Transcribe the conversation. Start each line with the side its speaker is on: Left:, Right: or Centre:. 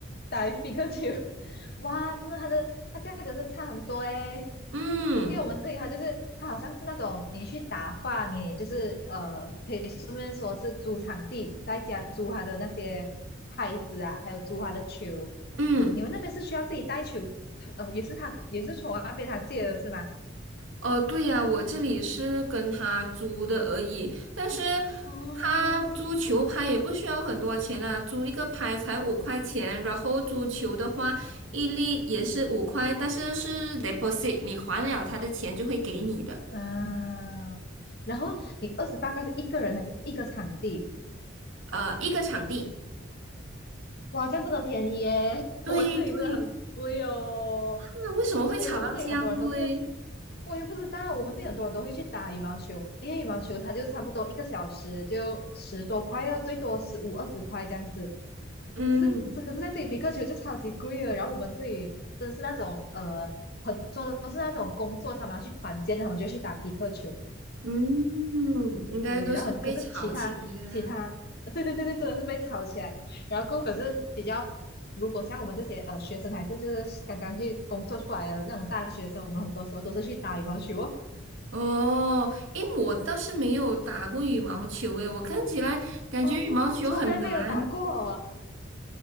Left: 打皮克球，哇，真的它的它价格真的差很多诶，
Right: 嗯
Left: 因为我们这里它就是它好像是那种你去打话，你也就是呃可以顺便说是租场地，在家租它的那些拍子啊，还有租它的球。
Right: 嗯，
Left: 你们那边是需要自己带球，他呃也是他也是从那边他借的是吗？
Right: 哦，对呀，我这里是跟他租的而已，但是
Left: 哦，
Right: 他租球拍也不需要很多钱啊，租一个拍才五块钱，然后租球的话一粒也是五块，但是是 deposit，你还了他的钱就会给你的，
Left: 啊，然后你二十八块是一个人还是一个场地？
Right: 呃，一个场地。
Left: 哇，这样真的很便宜耶！<laughs>
Right: 对对，
Left: 我们这里真的很贵哦，
Right: 啊，为什么会炒到江龟？
Left: 所以我们这里很多人都是，我也不知道，我们这里很多人都会去打羽毛球，因为羽毛球它就差不多一个小时就十多块哦，最多十五二十块这样子。
Right: 嗯
Left: 可是这可是在这里皮克球就超级贵了，然后我们这里真的是那种呃，很多都是那种工作，他们要去团建，他们就去打皮克球。
Right: 嗯，应该都是被炒起来的。
Left: 对，然后可是其他其他，对对对对，真的是被炒起来。然后过后可是比较，如果像我们这些呃学生，还是就是刚刚去工作出来的那种大学生，我们很多时候都是去打羽毛球哦。
Right: 哦，诶，我倒是没有打过羽毛球，诶，我看起来感觉羽毛球很难。
Left: 哦，从来没有打过哦，